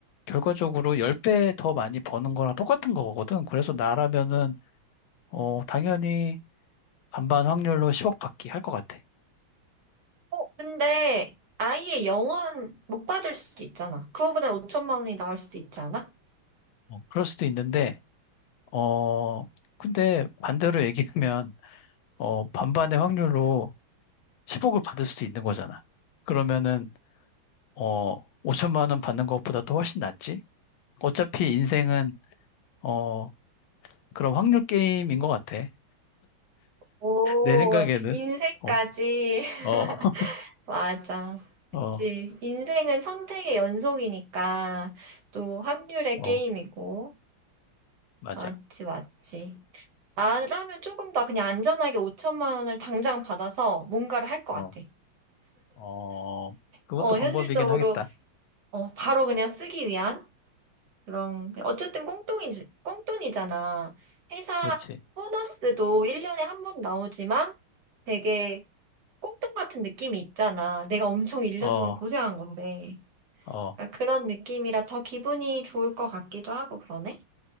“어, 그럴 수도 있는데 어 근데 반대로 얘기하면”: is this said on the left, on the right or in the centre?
Left